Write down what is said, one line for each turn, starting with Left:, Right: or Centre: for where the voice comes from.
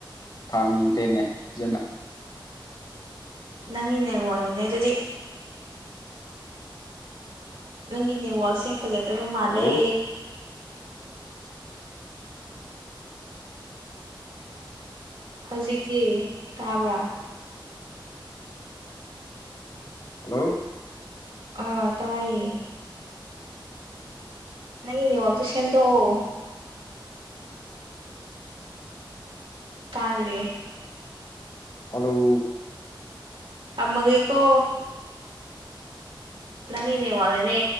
Left: ꯐꯪꯗꯦꯅꯦ ꯐꯖꯅ
Right: ꯅꯪꯒꯤ ꯅꯦꯠꯋꯥꯛꯅꯅꯦ ꯑꯗꯨꯗꯤ ꯅꯪꯒꯤ ꯅꯦꯠꯋꯛꯁꯦ ꯐꯖꯗꯕ ꯃꯥꯜꯂꯦ
Left: ꯍꯜꯂꯣ
Right: ꯍꯧꯖꯤꯛꯇꯤ ꯇꯥꯕ꯭ꯔꯥ
Left: ꯍꯜꯂꯣ
Right: ꯑꯥ ꯇꯥꯏꯌꯦ ꯅꯪ ꯅ‌ꯦꯠꯋꯥꯛꯇ‌ꯣ ꯁꯦꯝꯗ‌ꯣꯛꯑꯣ ꯇꯥꯗ꯭ꯔ‌ꯦ
Left: ꯍꯜꯂꯧ
Right: ꯑꯃꯒ ꯀꯣ ꯅꯪꯦꯅꯦ ꯋꯥꯒꯅꯦ